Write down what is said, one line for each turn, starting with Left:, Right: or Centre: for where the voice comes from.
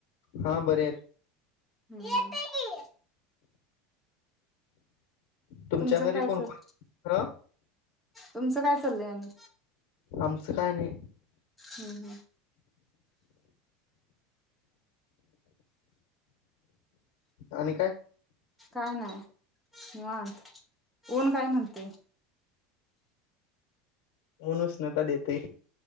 Left: हा बरे आहेत
Centre: येतय की.
Left: तुमच्या
Centre: तुमचं
Left: घरी
Centre: काय
Left: कोण
Centre: चाल
Left: कोण हा
Centre: तुमचं काय चालंय आणि
Left: आमचं काय नाही.
Centre: हम्म हम्म
Left: आणि काय
Centre: काय नाही निवांत ऊन काय म्हणतंय.
Left: ऊन उष्णता देतय.